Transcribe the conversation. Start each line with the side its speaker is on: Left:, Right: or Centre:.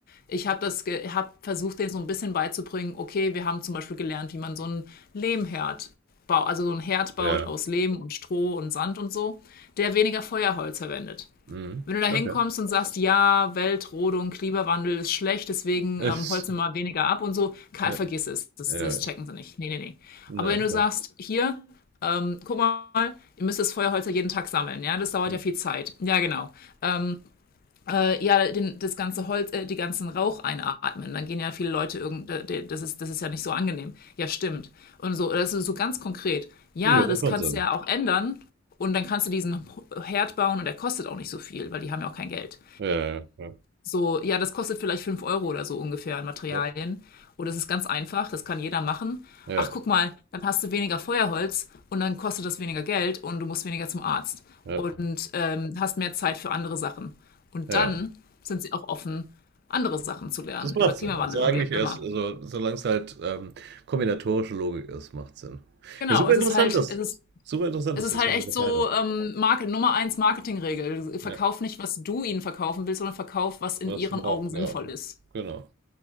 Left: Ich habe das, ge habe versucht, denen so ein bisschen beizubringen. Okay, wir haben zum Beispiel gelernt, wie man so einen Lehmherd baut, also so einen Herd baut
Right: Ja.
Left: aus Lehm und Stroh und Sand und so, der weniger Feuerholz verwendet.
Right: Mhm.
Left: Wenn du da hinkommst
Right: Okay. <laughs>
Left: und sagst, ja, Weltrodung, Klimawandel ist schlecht, deswegen
Right: Ich,
Left: ähm, holzen wir mal weniger ab und so, Karl,
Right: ja,
Left: vergiss es, das,
Right: ja,
Left: das checken sie nicht. Nee, nee, nee.
Right: ne,
Left: Aber wenn du sagst, hier, ähm, guck mal, ihr müsst das Feuerholz ja jeden Tag sammeln, ja, das dauert
Right: okay.
Left: ja viel Zeit. Ja, genau. Ähm, äh, ja den, das ganze Holz, äh, die ganzen Rauch einatmen. Dann gehen ja viele Leute irgend, äh, das ist das ist ja nicht so angenehm. Ja, stimmt. Und so, das ist so ganz konkret. Ja,
Right: Ja, das
Left: das
Right: macht
Left: kannst
Right: Sinn.
Left: du ja auch ändern und dann kannst du diesen Herd bauen und der kostet auch nicht so viel, weil die haben ja auch kein Geld.
Right: Ja, ja,
Left: So, ja, das kostet vielleicht 5 Euro oder so ungefähr an Materialien.
Right: ja,
Left: Oder es ist ganz einfach, das kann jeder machen.
Right: ja,
Left: Ach, guck mal, dann hast du weniger Feuerholz und dann kostet das weniger Geld und du musst weniger zum Arzt
Right: ja, ja.
Left: und ähm, hast mehr Zeit für andere Sachen. Und
Right: ja.
Left: dann sind sie auch offen, andere Sachen zu lernen
Right: Das macht
Left: über Klimawandel
Right: Sinn. Also
Left: und
Right: eigentlich
Left: wie auch
Right: erst,
Left: immer.
Right: also solange es halt ähm, kombinatorische Logik ist, macht Sinn.
Left: Genau,
Right: Ja, super
Left: es
Right: interessant
Left: ist halt,
Right: ist.
Left: es ist,
Right: Super interessant
Left: es
Right: ist,
Left: ist
Right: dass
Left: halt
Right: man
Left: echt
Right: geteilt
Left: so
Right: hat.
Left: ähm, Market, Nummer eins Marketingregel. Verkauf
Right: Ja,
Left: nicht, was du ihnen verkaufen willst, sondern verkauf, was in
Right: was
Left: ihren
Right: man braucht,
Left: Augen sinnvoll
Right: ja.
Left: ist.
Right: Genau.